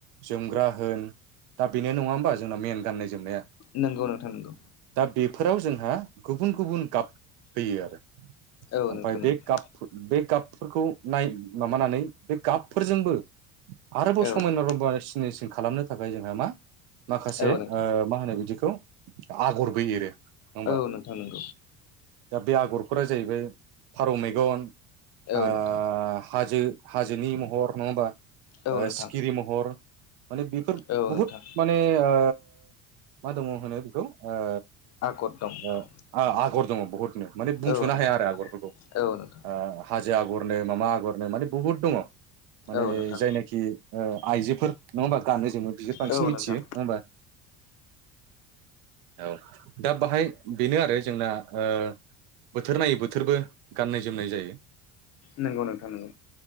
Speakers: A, on the right; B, on the left.
A: जोमग्रा होन दा बेनो नङा होमबा जोंना मेन गाननाय-जोमनाया।
B: नोंगौ नोंथां नोंगौ।
A: बेफोराव जोंहा गुबुन गुबुन गाब होयो आरो
B: औ
A: ओमफाय
B: नोंथां
A: बे
B: नंगौ
A: गाप फुर गाप फोरखौ नाय माबानानै बे गाबफोरजोंबो आरोबाव
B: औ
A: समायना
B: नोंथां
A: रबा सिनायसिम खालामनो थाखाय जोंहा मा माखासे
B: औ नोंथां
A: ओ मा होनो बिदिखौ आगरबो एरो। होमबा
B: औ नोंथां नों
A: दा बे आगरफोरा जाहैबाय फारौ मेगन आ
B: औ नोंथां
A: हाजो हाजोनि महर नङा होमबा
B: औ नोंथां
A: सिखिरि महर माने बेफोर
B: औ
A: बहुद
B: नोंथां
A: माने ओ मा दङ होनो बेखौ ओ
B: आगत दं
A: ओ
B: औ
A: आगर दं‌ बुहुद माने बुंसनो
B: औ
A: हाया
B: नोंथां
A: आरो आगर फोरखौ
B: औ नोंथां
A: आं हाजो आगर नो मा मा आगरनो माने बुहुत दङ माने
B: औ नोंथां
A: जायनाखि ओ आइजोफोर नङा होमबा गानो जोमो बिसोर बांसिन
B: औ
A: मिथियो
B: नोंथां
A: नङा होमबा? औ दा बाहाय बेनो आरो जोंना ओ बोथोर नायै बोथोरबो गाननाय जोमनाय जायो।
B: नंगौ नोंथां नंगौ।